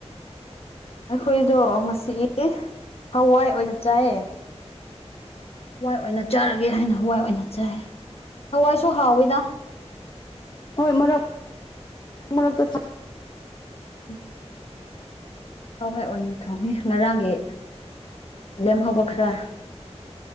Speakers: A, on the left; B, on the left.
A: ꯑꯩꯈꯣꯏꯗꯣ ꯉꯁꯤ ꯍꯋꯥꯏ ꯑꯣꯏꯅ ꯆꯥꯏꯌꯦ ꯍꯋꯥꯏ ꯑꯣꯏꯅ ꯆꯥꯔꯒꯦ ꯍꯥꯏꯅ ꯍꯋꯥꯏ ꯑꯣꯏꯅ ꯆꯥꯏ ꯍꯋꯥꯏꯁꯨ ꯍꯥꯎꯋꯤꯗ
B: ꯍꯣꯏ ꯃꯔꯛ ꯃꯔꯛꯇ ꯆꯥꯢ
A: ꯎꯝ ꯍꯋꯥꯏ ꯑꯣꯏꯅ ꯊꯣꯡꯉꯦ ꯉꯔꯥꯡꯒꯤ ꯂꯦꯝꯍꯧꯕ ꯈꯔ